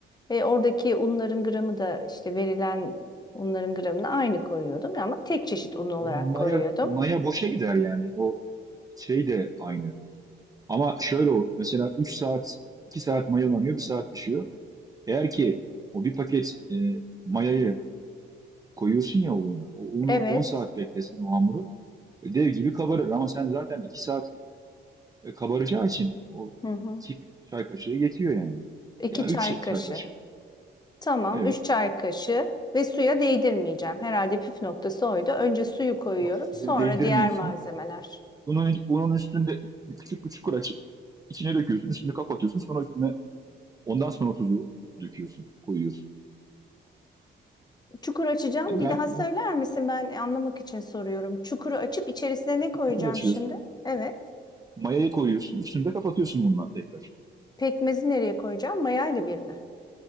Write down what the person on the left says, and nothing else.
Ve oradaki unların gramı da işte verilen unların gramına aynı koyuyordum ama tek çeşit un olarak
koyuyordum.
Evet.
Hı hı.
İki
çay
kaşığı.
Tamam,
3 çay kaşığı ve suya değdirmeyeceğim. Herhalde püf noktası oydu. Önce suyu koyuyorum,
sonra
diğer malzemeler.
Çukur açacağım.
Bir
daha
söyler misin? Ben anlamak için soruyorum. Çukuru açıp içerisine ne koyacağım
şimdi? Evet.
Pekmezi nereye koyacağım? Mayayla bir mi?